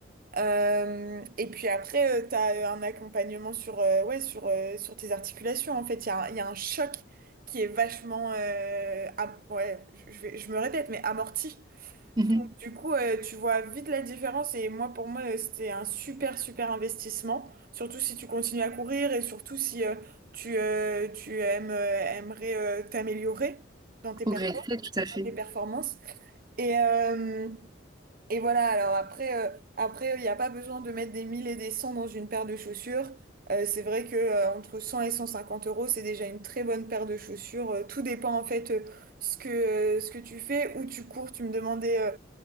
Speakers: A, on the right; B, on the right.
A: Euh, et puis après, euh, t'as euh, un accompagnement sur, euh, ouais, sur, euh, sur tes articulations. En fait, il y a, un- il y a un choc qui est vachement, euh, am- ouais, je, je vais- je me répète, mais amorti.
B: Mhm.
A: Du coup, euh, tu vois vite la différence et moi, pour moi, euh, c'était un super, super investissement, surtout si tu continues à courir et surtout si euh, tu, euh, tu aimes, euh, aimerais euh, t'améliorer dans tes
B: Progresser,
A: performances,
B: tout à fait.
A: dans tes performances. Et, euh, et voilà, alors après, euh, après, il n'y a pas besoin de mettre des 1000 et des 100 dans une paire de chaussures. Euh, c'est vrai que euh, entre 100 et 150 euros, c'est déjà une très bonne paire de chaussures. Euh, tout dépend en fait euh, ce que, euh, ce que tu fais, où tu cours. Tu me demandais euh,